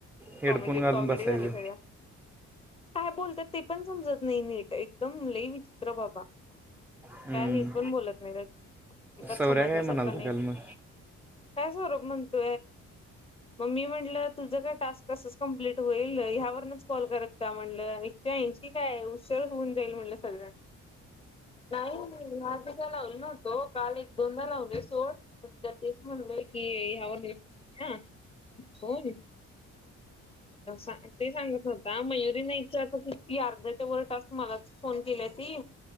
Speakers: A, in the centre; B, on the left (about 20°).
A: हेडफोन
B: कॉमेडी
A: घालून
B: कॉमेडी
A: बसायचं
B: झाली सगळं. काय बोलतात ते पण समजत नाही नीट एकदम लई विचित्र बाबा.
A: हम्म.
B: काय नीट पण बोलत नाही अज अजिबात
A: सवऱ्या
B: समज
A: काय
B: नाही
A: म्हणाल
B: सारखं
A: तर
B: नाही.
A: काल मग
B: काय सवर म्हण. त मग मी म्हटलं तुझ काय टास्क प्रोसेस कमप्लीट होईलव यावरूनचर. कॉल करत जा म्हणलं एकशे ैएशीकाय हशर होऊन जाईल म्हणलं सगळ्यां नाही मधिका लावल नव्हतो काल एक दोनदा लावली बेन्टेक्स म्हटले की यावरून कर ते सांगत नव्हता मयुरी नाहीचं आता किती अर्ध्याच्या वर टास्क मला फोन केला ती